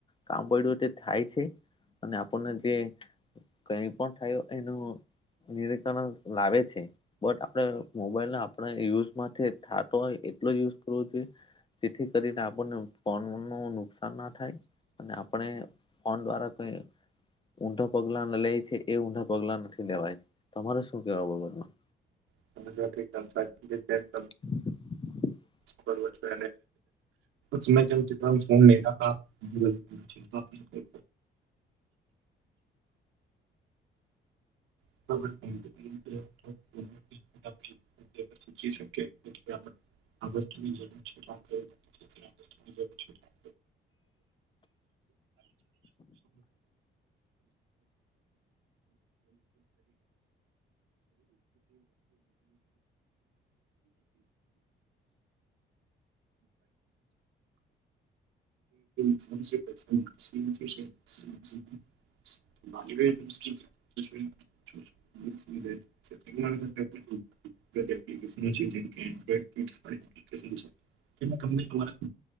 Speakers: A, on the left; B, on the right.
A: કામ પડ્યું થાય છે. અને આપણને જે કઈ પણ થયું એનું નિરીકરણ લાવે છે બટ આપણે મોબાઈલ આપણે યુઝમાં થતો હોય એટલો જ યુઝ કરવો જોઈએ જેથી કરીને આપણને ફન ન નુકસાન ના થાય અને આપણે ફોન દ્વારા કોઈ ઊંડાા પગલા લે છે એ ઊંડાા પગલા નથી લેવાય તમારે શું કેવા બગતમાં
B: અને સંસા
A: <inaudible>
B: કરવો છએ તમે જેમ ફોન લતા <inaudible> <inaudible> જ છ <inaudible> <unintelligible> વા ભ <unintelligible> <unintelligible>